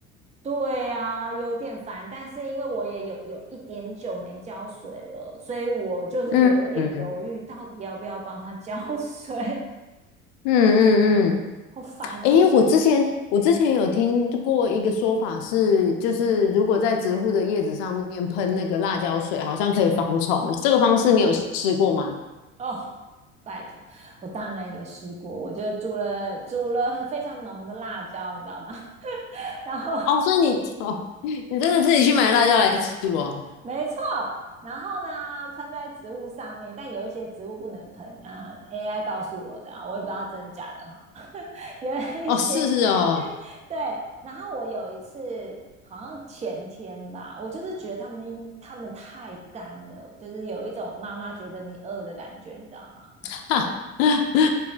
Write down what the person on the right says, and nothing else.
对啊，有点烦，但是因为我也有有一点久没浇水了，所以我就是有一点犹豫，
到底要不要帮它浇水，
<laughs> 好烦哦。
是
哦，拜托，我当然有试过，我就煮了煮了非常浓的辣椒，你知道吗？<laughs> 然后
没错，然后呢喷在植物上面，但有一些植物不能喷啊，AI 告诉我的啊，我也不知道真的假的哈，<laughs> 有一些
对，然后我有一次好像前天吧，我就是觉得他们他们太干了，就是有一种妈妈觉得你饿的感觉，你知道吗？